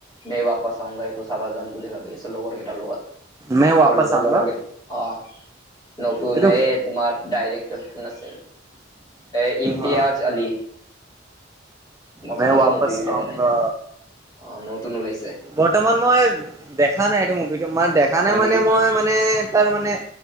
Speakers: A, on the left; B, on the right.
A: মে ৱাপছ আওংগা এইটো চাবা যাম বুলি ভাবি আছে লগৰকেইটাৰ লগত
B: মে ৱাপছ
A: কলেজৰ
B: আউংগা
A: লগৰ কেই অ নতুন
B: এইটো
A: এই তোমাৰ ডাইৰেক্টৰ কোন আছ এই ইমতিয়াজ
B: অ
A: আলি মজা
B: মে
A: মজা
B: ৱাপছ
A: মুভি কেইটা
B: আউংগা
A: বনাই অ নতুন ওলাইছে
B: বৰ্তমান মই দেখা নাই এইটো মুভিটো মানে দেখা
A: হয়
B: নাই মানে
A: নেকি
B: মই মানে তাৰ মানে